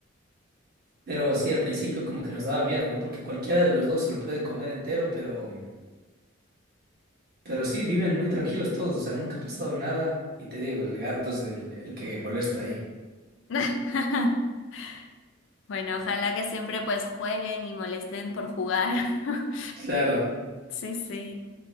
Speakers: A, on the right; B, on the left.
A: Pero sí, al principio como que nos daba miedo, ¿no? Porque cualquiera de los dos se lo puede comer entero, pero... Pero sí, viven muy tranquilos todos, o sea, nunca ha pasado nada. Y te digo, el gato es el, el que molesta ahí.
B: <laughs> Bueno, ojalá que siempre pues jueguen y molesten por jugar. <laughs>
A: Claro,
B: Sí, sí.